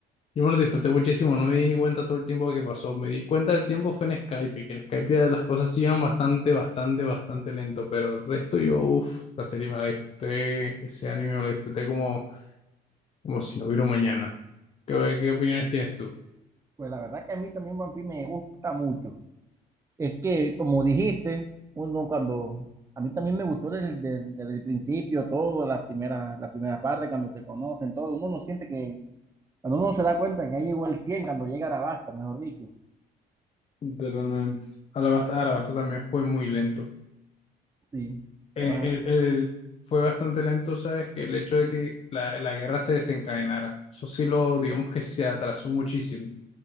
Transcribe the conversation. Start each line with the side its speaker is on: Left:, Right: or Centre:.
Left: Yo me lo disfruté muchísimo, no me di ni cuenta todo el tiempo que pasó. Me di cuenta del tiempo fue en Skype, que en Skype las cosas iban bastante, bastante, bastante lento, pero el resto yo, uff, la serie me la disfruté, ese anime me lo disfruté como, como si no hubiera un mañana. ¿Qué, qué opiniones tienes tú?
Right: Pues la verdad que a mí también One Piece me gusta mucho. Es que, como dijiste, uno cuando... A mí también me gustó desde, desde- desde el principio todo, las primeras, las primeras partes, cuando se conocen, todo. Uno no siente que... Cuando uno se da cuenta que ya llegó el 100 cuando llega Arabasta, mejor dicho.
Left: Literalmente. Alabasta, Alabasta también fue muy lento.
Right: Sí,
Left: Eh,
Right: pero... ah,
Left: el- el- fue bastante lento, ¿sabes? Que el hecho de que la, la guerra se desencadenara, eso sí lo, digamos que se atrasó muchísimo.